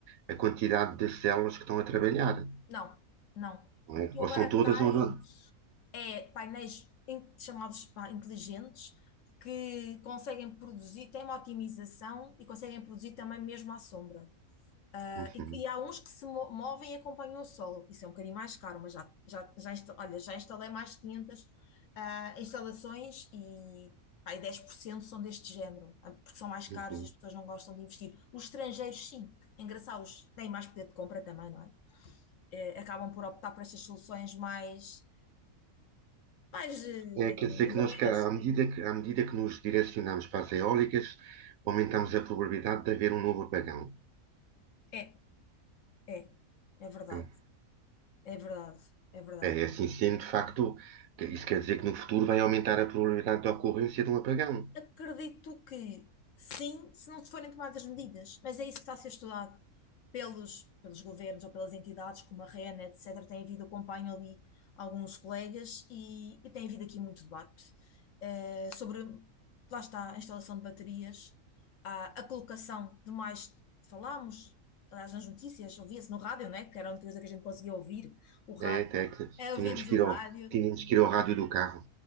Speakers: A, on the right; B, on the left.
A: a quantidade de células que estão a trabalhar,
B: Não, não.
A: não
B: O
A: é?
B: que tu
A: Ou
B: agora
A: são todas
B: tens
A: ou não.
B: é painéis in- chamados pá, inteligentes que conseguem produzir, têm uma otimização e conseguem produzir também mesmo à sombra. Ah,
A: Uhum,
B: e, e há uns que se mo- movem e acompanham o sol. Isso é um bocadinho mais caro, mas já, já, já, insta- olha, já instalei mais de 500 ah, instalações e pá, e 10% são deste género, ah, porque são mais caros
A: uhum.
B: e as pessoas não gostam de investir. Os estrangeiros, sim, engraçados, têm mais poder de compra também, não é? Eh, acabam por optar por estas soluções mais, mais eh,
A: É, quer dizer
B: evoluídas.
A: que nós, ca- à medida que, à medida que nos direcionamos para as eólicas, aumentamos a probabilidade de haver um novo apagão.
B: É, é, é verdade,
A: Hum.
B: é verdade, é verdade.
A: É, é assim sendo, de facto, que- isso quer dizer que no futuro vai aumentar a probabilidade de ocorrência de um apagão.
B: Acredito que sim, se não se forem tomadas medidas, mas é isso que está a ser estudado pelos, pelos governos ou pelas entidades como a REN, etc. Tem havido, acompanho ali alguns colegas e, e tem havido aqui muito debate eh, sobre, lá está, a instalação de baterias, a, a colocação de mais, falámos, aliás, nas notícias, ouvia-se no rádio, né, que era a única coisa que a gente conseguia ouvir, o rádio,
A: É, até que
B: Eh,
A: tínhamos
B: ouvíamos
A: que
B: o
A: ir
B: rádio,
A: ao, tínhamos que ir ao rádio do carro.